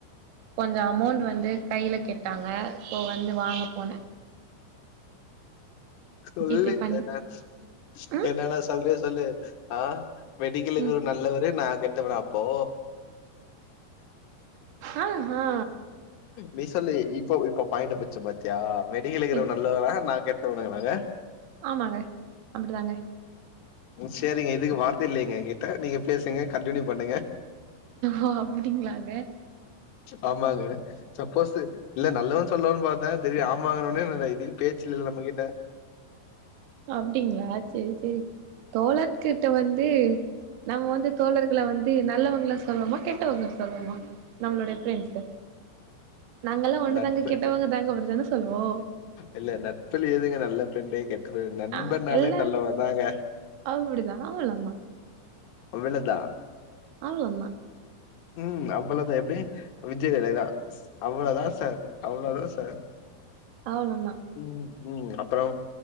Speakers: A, on the right; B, on the left.
A: கொஞ்சோ அமௌண்ட் வந்து கையில கேட்டாங்க இப்போ வந்து வாங்க போனே
B: சொல்லுங்
A: ஜிபே பண்ணி
B: எதாச்
A: ம்
B: என்னென்ன சொல்றியோ சொல்லு ஆ மெடிக்கலுக்கு
A: ம்
B: இவரு நல்லவரு நா கெட்டவனா அப்போ
A: ஆ ஹா
B: நீ சொல்லி இப்போ இப்ப பாயிண்ட புச்சோ பாத்தியா மெடிக்கலக்கிறவ
A: இரு
B: நல்லவனா நா கெட்டவனா இவங்க
A: ஆமாங்க அப்டிதாங்க
B: சேரிங்க இதுக்கு வார்த்தை இல்லைங்க கிட்டா நீங்க பேசுங்க கண்டினியூ பண்ணுங்க
A: ஓ அப்படிங்ளாங்க
B: ஆமாங்க சப்போஸ் இல்ல நல்லவன்னு சொல்லுவன்னு பார்த்தே தெரியு ஆமாங்கன்ன உடனே இதா இல் பேச்சில்லல நம்மகிட்ட
A: அப்டிங்களா சேரி சேரி தோழா கிட்ட வந்து நம்ம வந்து தோழர்கள வந்து நல்லவங்களா சொல்லாமா கெட்டவங்க சொல்லணுமா நம்மளுோடைய பிரண்ட்ஸ் நாங்கல்லா ஒண்ணு
B: நட்பு
A: தாங்க கெட்டவங்க தாங்க அப்டித்தான சொல்லுவோ
B: இல்ல நட்புல ஏதுங்க நல்ல ப்ரெண்டே கெட் ட்ரு நண்பனாலே
A: ஆ எல்லாரு
B: நல்லவந்தாங்க
A: அப்டிதா அவ்ளோந்தா
B: அவளதா
A: அவ்ளந்தா
B: ம் அவ்ளோதா எப்படிங்க விஜய்லைதா அவ்ளோ தா சார் அவ்ளோ தான் சார்
A: அவ்ளோந்தா
B: ம் ம் அப்பறோ